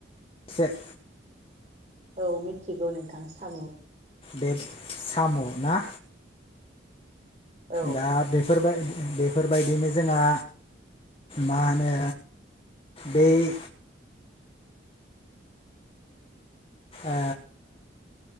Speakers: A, on the left; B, on the right.
A: से
B: औ मिथिगौ नोंथां साम
A: बे साम ना
B: औ
A: दा बेफोरबाय बेफोरबायदिनो जोंहा मा ओनो बेइ ओ